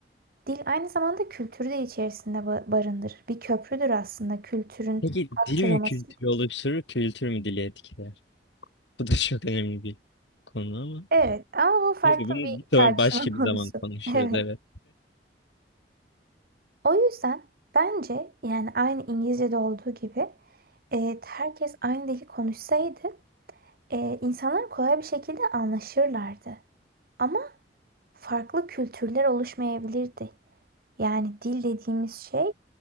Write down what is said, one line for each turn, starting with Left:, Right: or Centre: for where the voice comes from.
Right: Dil aynı zamanda kültürü de içerisinde ba- barındırır. Bir köprüdür aslında kültürün
Left: Peki
Right: aktarılması.
Left: dil mi kültürü oluşturur, kültür mü dili etkiler? <laughs> Bu da çok önemli bir konu ama.
Right: Evet, ama bu farklı
Left: Neyse bunu
Right: bir
Left: bir
Right: tartışma
Left: sonra başka
Right: <laughs> konusu.
Left: bir zaman konuşuruz
Right: Evet.
Left: evet.
Right: O yüzden bence yani aynı İngilizce'de olduğu gibi eee, herkes aynı dili konuşsaydı eee, insanlar kolay bir şekilde anlaşırlardı. Ama farklı kültürler oluşmayabilirdi. Yani dil dediğimiz şey